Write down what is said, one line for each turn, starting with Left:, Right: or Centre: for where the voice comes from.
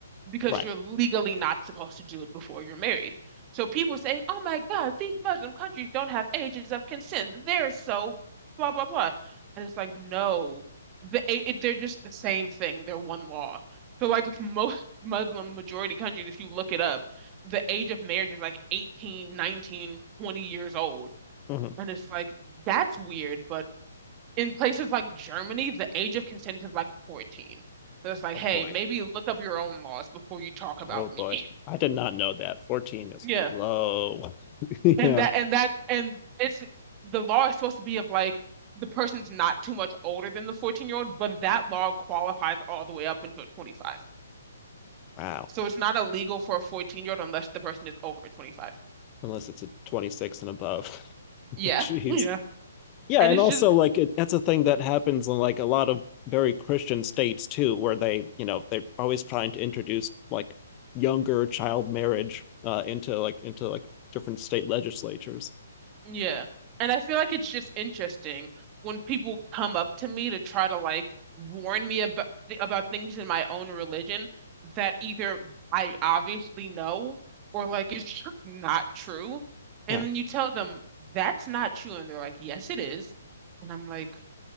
Right: because
Left: right
Right: you're legally not supposed to do it before you're married. So people say, oh my God, these Muslim countries don't have ages of consent. They're so blah, blah, blah. And it's like, no, the, it, they're just the same thing. They're one law. So, like, <laughs> most Muslim majority countries, if you look it up, the age of marriage is like 18, 19, 20 years old.
Left: mm-hmm.
Right: And it's like, that's weird, but in places like Germany, the age of consent is like 14. So it's like,
Left: Oh
Right: hey,
Left: boy.
Right: maybe look up your own laws before you talk about
Left: Oh boy,
Right: me. <laughs>
Left: I did not know that. 14 is
Right: Yeah.
Left: low. <laughs> Yeah.
Right: And that, and that, and it's the law is supposed to be of like the person's not too much older than the 14 year old, but that law qualifies all the way up until 25.
Left: Wow.
Right: So it's not illegal for a 14 year old unless the person is over 25.
Left: Unless it's a 26 and above. <laughs>
Right: Yeah.
Left: Jeez.
Right: <laughs> Yeah.
Left: Yeah,
Right: And
Left: and
Right: it's
Left: also
Right: just,
Left: like it, that's a thing that happens in like a lot of very Christian states too, where they, you know, they're always trying to introduce like younger child marriage uh into like into like different state legislatures.
Right: Yeah. And I feel like it's just interesting when people come up to me to try to like warn me about about things in my own religion that either I obviously know or like it's <laughs> just not true. And
Left: Yeah.
Right: then you tell them that's not true and they're like, "Yes, it is." And I'm like,